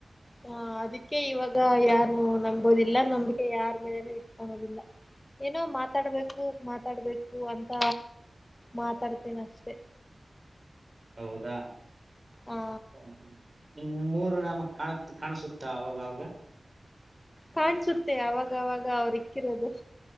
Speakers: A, on the left; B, on the right.
A: ಹ ಅದಕ್ಕೆ ಇವಾಗ ಯಾರನ್ನು ನಂಬೋದಿಲ್ಲ ನಂಬಿಕೆ ಯಾರ ಮೇಲೆನೆ ಇಟ್ಕಳೋದಿಲ್ಲ ಏನೋ ಮಾತಾಡ್ಬೇಕು ಮಾತಾಡ್ಬೇಕು ಅಂತ ಮಾತಾಡ್ತೇನ ಅಷ್ಟೆ
B: ಹೌದಾ
A: ಆ
B: ಹಾ ಹಾ ್ಮ ಮೂರು ನಾಮಕ್ ಕಾಣ ಕಾಣಸುತ್ತ ಅವಾಗ ಅವಾಗ
A: ಕಾಣ್ಸುತ್ತೆ ಅವಾಗವಾಗ ಅವರು ಇಕ್ಕಿರೋದು